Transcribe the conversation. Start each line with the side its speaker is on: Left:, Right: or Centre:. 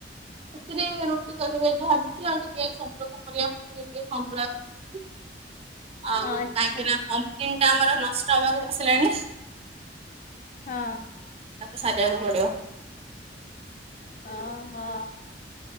Right: ସେଥିରେ ରୁଟି କରିବା ଯୋ ଭାବୁଛି ଆଉ ଟିକେ ସପୁଳକ ପରିବା ପକେଇ ଟିକେ ସନ୍ତୁଳା କରିଛି। ଆଉ
Left: ଆଚ୍ଛା
Right: କାହିଁକି ନା କମ୍ପନ୍ ଟା ଆମର ନଷ୍ଟ ହବାକୁ ବସିଲାଣି।
Left: ହଁ
Right: ତାକୁ ସାରିବାକୁ ପଡିବ।
Left: ହ ହଁ